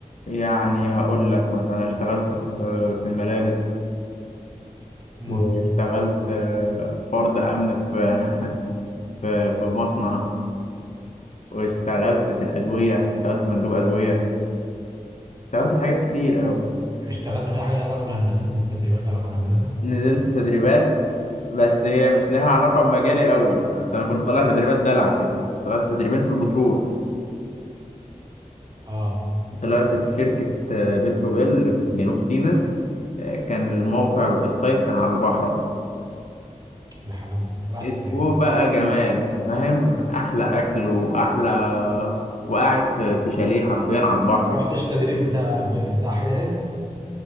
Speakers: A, on the left; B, on the right.
A: يعني هقول لك مثلا اشتغلت في في الملابس
B: مم.
A: واشتغلت آه، فرد امن في <laughs> في في مصنع واشتغلت في الادويه اشتغلت مندوب ادويه اشتغلت في حاجات كتير قوي
B: اشتغلت في اي حاجه لها علاقه بالهندسه نزلت تدريبات لها علاقه بالهندسه
A: نزلت تدريبات بس هي مش لها علاقه بمجالي قوي بس انا كنت طالع تدريبات دلع كده طلعت تدريبين في البترول
B: اه
A: طلعت في شركه آه، بتروبيل في جنوب سيناء آه، كان الموقع السايت كان على البحر اصلا
B: يا حلاوتك رحت
A: اسبوع
B: صيف يعني
A: بقى جمال انت فاهم احلى اكل واحلى وقاعد في في شاليه حرفيا على البحر
B: رحتش تدريب بتاع بتاع حيد عز